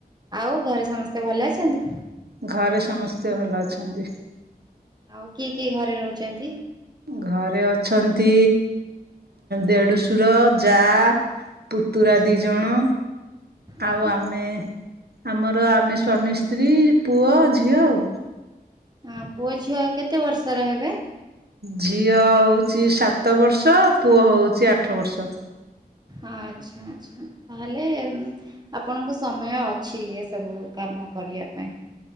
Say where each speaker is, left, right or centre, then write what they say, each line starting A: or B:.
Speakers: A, on the right; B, on the right.
A: ଆଉ ଘରେ ସମସ୍ତେ ଭଲ ଅଛନ୍ତି?
B: ଘରେ ସମସ୍ତେ ଭଲ ଅଛନ୍ତି।
A: ଆଉ କିଏ କିଏ ଘରେ ରହୁଛନ୍ତି?
B: ଘରେ ଅଛନ୍ତି ଦେଢୁସୁର, ଯା ପୁତୁରା
A: ଆଚ୍ଛା
B: ଦି ଜଣ
A: ଆଜ୍ଞା
B: ଆଉ ଆମେ ଆମର ଆମେ ସ୍ଵାମୀ ସ୍ତ୍ରୀ ପୁଅ ଝିଅ ଆଉ।
A: ହଁ ପୁଅ ଝିଅ କେତେ ବର୍ଷର ହେବେ?
B: ଝିଅ ହଉଛି ସାତ ବର୍ଷ ପୁଅ ହଉଛି ଆଠ ବର୍ଷ।
A: ଆଚ୍ଛା-ଆଚ୍ଛା ତାହେଲେ ଆପଣଙ୍କ ସମୟ ଅଛି ଏ ସବୁ କାମ କରିବା ପାଇଁ।